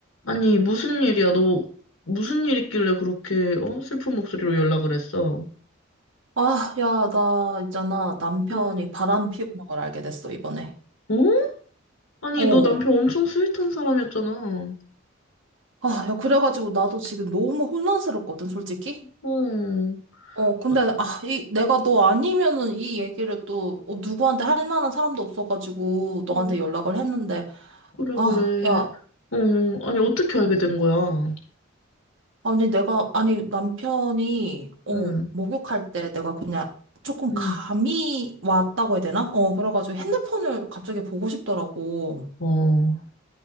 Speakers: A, on the left; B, on the right.
A: 아니, 무슨 일이야? 너 무슨 일 있길래 그렇게 어? 슬픈 목소리로 연락을 했어?
B: 아, 야, 나 있잖아. 남편이
A: 음,
B: 바람 피우는 걸 알게 됐어, 이번에.
A: 어? 아니,
B: 어.
A: 너 남편 엄청 스윗한 사람이었잖아.
B: 아, 야, 그래가지고 나도 지금 너무 혼란스럽거든, 솔직히.
A: 어,
B: 어, 근데,
A: 아,
B: 아, 이, 내가 너 아니면은 이 얘기를 또, 어, 누구한테 할 만한 사람도 없어가지고 너한테
A: 어,
B: 연락을 했는데,
A: 그래,
B: 아,
A: 그래.
B: 야,
A: 어, 아니, 어떻게 알게 된 거야?
B: 아니, 내가, 아니, 남편이, 어,
A: 응,
B: 목욕할 때 내가 그냥 조금
A: 응,
B: 감이 왔다고 해야 되나? 어, 그래가지고 핸드폰을
A: 응
B: 갑자기 보고 싶더라고.
A: 어,